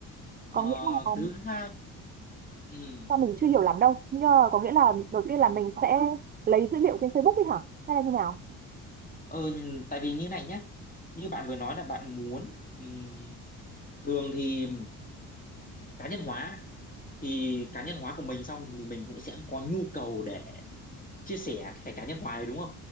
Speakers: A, on the left; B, on the right.
A: Ờ,
B: có nghĩa là
A: thứ hai ừ,
B: sao mình chưa hiểu lắm đâu nhưng mà có nghĩa là đầu tiên là mình sẽ lấy dữ liệu trên Facebook ấy hả hay là như nào
A: ờ, tại vì như này nhá như bạn vừa nói là bạn muốn ừm, thường thì cá nhân hóa thì cá nhân hóa của mình xong thì mình cũng sẽ có nhu cầu để chia sẻ cái cá nhân hóa này đúng không